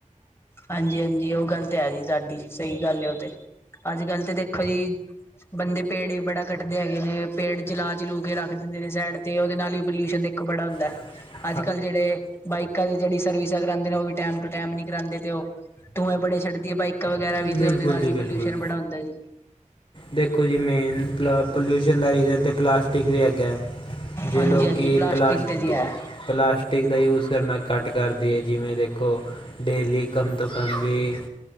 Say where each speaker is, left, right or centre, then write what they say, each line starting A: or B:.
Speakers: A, on the left (about 20°); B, on the left (about 40°).
A: ਹਾਂਜੀ-ਹਾਂਜੀ, ਉਹ ਗੱਲ ਤੇ ਹੈ ਜੀ, ਸਾਡੀ ਸਹੀ ਗੱਲ, ਉਹ ਤੇ ਅਲ ਤੇ ਦੇਖੋ ਜੀ। ਬੰਦੇ ਪੇੜ ਵੀ ਬੜਾ ਕੱਟਦੇ ਹੈਗੇ ਨੇ, ਪੇੜ ਜਲਾ-ਜਲੂ ਕੇ ਰੱਖ ਦਿੰਦੇ ਨੇ ਸਾਈਡ ਤੇ, ਉਹਦੇ ਨਾਲ ਵੀ ਪੋਲਿਊਸ਼ਨ ਦੇ ਕਪੜਾ ਹੁੰਦਾ
B: <unintelligible>
A: ਅੱਜ-ਕੱਲ੍ਹ ਜਿਹੜੇ ਬਾਈਕਲ ਜਿਹੜੀ ਸਰਵਿਸਾ ਕਰਉਂਦੇ ਨੇ, ਉਹ ਵੀ ਟਾਈਮ ਟੂ ਟਾਈਮ ਨੀ ਕਰਾਉਦੇ। ਤੇ ਉਹ ਧੂੰਏ ਬੜੇ ਛੱਡਦੀ ਹੈ, ਬਾਈਕਾਂ ਵਗੈਰਾ ਵੀ,
B: ਬਿਲਕੁਲ
A: ਤੇ ਉਹਦੇ ਨਾਲ
B: ਜੀ
A: ਵੀ
B: ਬਿਲਕੁਲ
A: ਪੋਲਿਊਸ਼ਨ ਬੜਾ ਹੁੰਦਾ ਜੀ।
B: ਦੇਖੋ ਜੀ, ਮੇਨ ਦਾ ਪੋਲਿਊਸ਼ਨ ਦਾ ਰੀਜ਼ਨ ਤਾਂ ਪਲਾਸਟਿਕ ਵੀ ਹੈਗਾ। ਜੇ
A: ਹਾਂਜੀ-ਹਾਂਜੀ
B: ਲੋਕੀ ਪਲਾਸਟਿਕ
A: ਤੇ ਜੀ ਹੈ
B: ਪਲਾਸਟਿਕ ਦਾ ਯੂਜ ਕਰਨਾ ਘੱਟ ਕਰਦੀ ਹੈ, ਜਿਵੇਂ ਦੇਖੋ, ਡੇਲੀ ਕਮ ਤੋਂ ਕਮ ਵੀ